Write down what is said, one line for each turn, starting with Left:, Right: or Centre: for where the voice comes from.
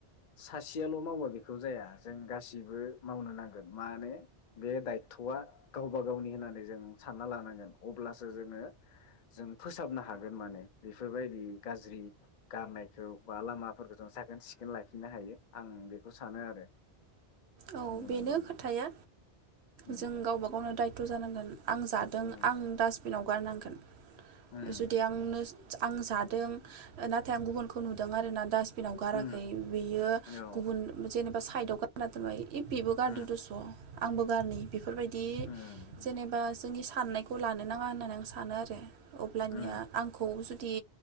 Left: सासेयाल' मावबा बेखौ जाया जों गासिबो मावनो नांगोन मानो बे दायथ'आ गावबा गावनि होनानै जों सान्ना लानांगोन अब्ला। सो जोङो जों फोसाबनो हागोन माने बेफोरबायदि गाज्रि गारनायखौ बा लामाफोरखौ जों साखोन सिखोन लाखिनो हायो आं बेखौ सानो आरो।
Right: औ
Left: बुंनांगौ
Right: बेनो
Left: होनना
Right: खोथाया
Left: उम
Right: जों गावबा गावनो दाय <inaudible> खस्थ' जानांगोन। आं जादों
Left: उम
Right: आं डास्टबिनाव गारनांगोन
Left: उम
Right: जुदि आंनो आं जादों। नाथाय आं गुबुनखौ नुदों आरोना डास्टबिनाव गाराखै
Left: उम
Right: बेयो
Left: औ
Right: गुबुन जेनेबा। खायद'ग इ पिब गारद
Left: उम
Right: दस' आंबो गारन बेफोरबायदि
Left: उम
Right: जेनेबा जोंनि हाननायखौ लानो नाङा होननानै। सानो आरो अब्लानिया
Left: उम
Right: आंखौ जुदि